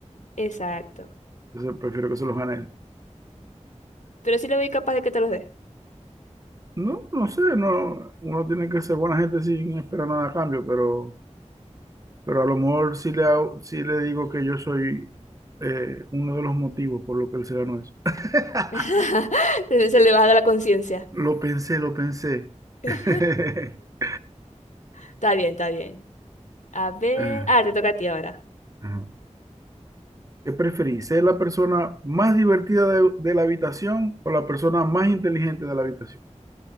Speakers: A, on the left (about 80°); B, on the right (about 25°).
A: Exacto.
B: Entonces prefiero que se los gane él.
A: Pero sí le veo capaz de que te los dé.
B: No, no sé, no, uno tiene que ser buena gente sin esperar nada a cambio, pero Pero a lo mejor sí le, hago- sí le digo que yo soy eh, uno de los motivos por lo que él se ganó eso. <laughs>
A: <laughs> Se se le baja la conciencia.
B: Lo pensé, lo pensé.
A: <laughs>
B: <laughs>
A: Está bien, está bien. A ver.
B: Ah,
A: Ah, te toca a ti ahora.
B: ajá. ¿Qué preferís? ¿Ser la persona más divertida de, de la habitación o la persona más inteligente de la habitación?